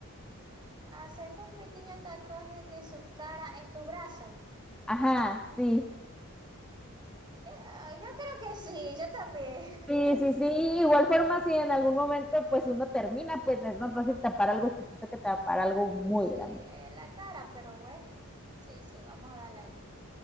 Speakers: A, on the right; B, in the centre.
A: hacerte un pequeño tatuaje de su cara en tu brazo.
B: Ajá, sí.
A: Eh, ah, Yo creo que sí, yo también.
B: Sí,
A: <laughs>
B: sí, sí. Igual forma, si en algún momento pues uno termina, pues es más fácil tapar algo chiquito que tapar algo muy
A: Sí,
B: grande.
A: en la cara, pero bueno. Sí, sí, vamos a darle ahí.